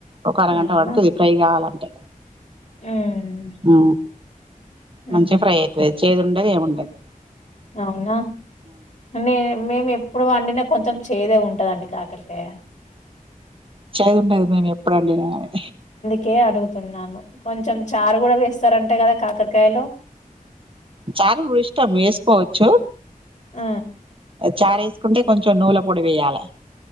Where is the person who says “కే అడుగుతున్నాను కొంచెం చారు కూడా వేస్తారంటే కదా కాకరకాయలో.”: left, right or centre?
Left